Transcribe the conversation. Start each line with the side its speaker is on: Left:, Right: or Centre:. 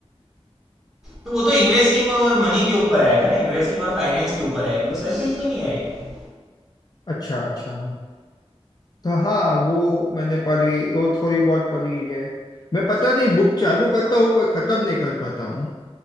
Centre: तो वो तो इन्वेस्टिंग और मनी के ऊपर आएगा ना इन्वेस्टिंग और फाइनेंस के ऊपर आएगी वो सेल्फ हेल्प में नहीं आएगी
Left: अच्छा अच्छा तो हाँ वो मैंने पढ़ी वो थोड़ी बहुत पढ़ी है मैं पता नहीं बुक चालू करता हूँ पर खत्म नहीं कर पाता हूँ